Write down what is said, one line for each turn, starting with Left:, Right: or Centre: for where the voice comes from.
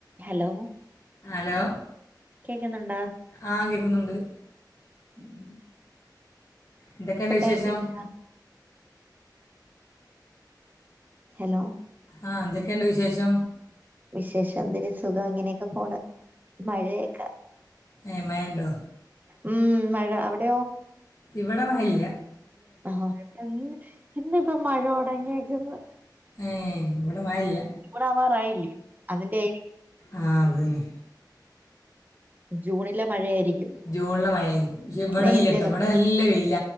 Right: Hello.
Left: Hello.
Right: കേൾക്കുന്നുണ്ടോ?
Left: ആഹ കേക്കുന്നുണ്ട്.
Right: ഉം.
Left: എന്തൊക്കെയുണ്ട്
Right: ഫുഡ്
Left: വിശേഷം
Right: ഒക്കെ കാഴിച്ചാ.,? ഹലോ.
Left: ആ എന്തൊക്കെയുണ്ട് വിശേഷം.
Right: വിശേഷം എന്തൊരു സുഖം ഇങ്ങനെയൊക്കെ പോണ് മഴയൊക്കെ
Left: എ മയ ഇണ്ടോ
Right: ഉം മഴ അവിടെയോ
Left: ഇവിടെ മയല്ല
Right: ആഹ് പ്പന്ന് ഇന്നിപ്പൊ മഴ തുടങ്ങിയക്കന്ന്
Left: ഏ ഇവിടെ മയല്ല്യ
Right: ജൂണാവാറായില്ലേ അതിന്റെ ആയിരിക്കും
Left: ആ അത് തന്നെ
Right: ജൂണിലെ മഴയായിരിക്കും
Left: ജൂണി ലെ മയയ് ക്കും പക്ഷെ ഇവിടെ
Right: നേരത്തെ
Left: ഇല്ലട്ടോ
Right: തുട
Left: ഇവിടെ നല്ല വെയില